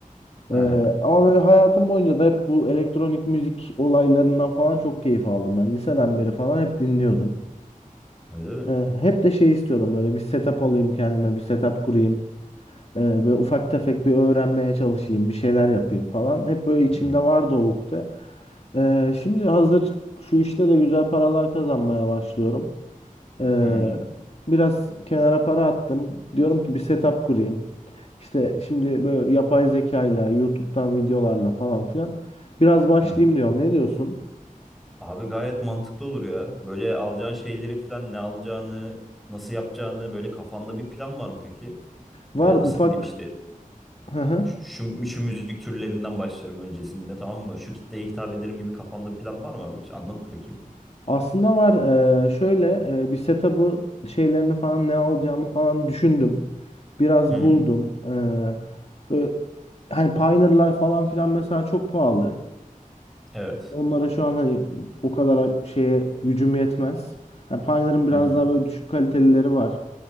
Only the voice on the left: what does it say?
E, ama böyle hayatım boyunca da hep bu elektronik müzik olaylarından falan çok keyif aldım ben. Liseden beri falan hep dinliyordum.
E, hep de şey istiyordum böyle bir setup alayım kendime bir setup kurayım. Ee, böyle ufak tefek bir öğrenmeye çalışayım, bir şeyler yapayım falan. Hep böyle içimde
vardı o ukde. Ee, şimdi hazır şu işte de güzel paralar kazanmaya başlıyorum. Ee,
biraz kenara para attım. Diyorum ki bir setup kurayım. İşte şimdi böyle yapay zekayla, YouTube'dan videolarla falan filan biraz başlayayım
diyorum. Ne diyorsun?
Var
ufak
<laughs>
Aslında var eee, şöyle eee, bir setup'ı şeylerini falan ne alacağımı falan düşündüm. Biraz
buldum. Eee, ö- hani Pioneer'lar falan filan mesela çok pahalı.
Onlara şu an hani o kadar şeye gücüm yetmez. Yani Pioneer'ın biraz
daha böyle düşük kalitelileri var.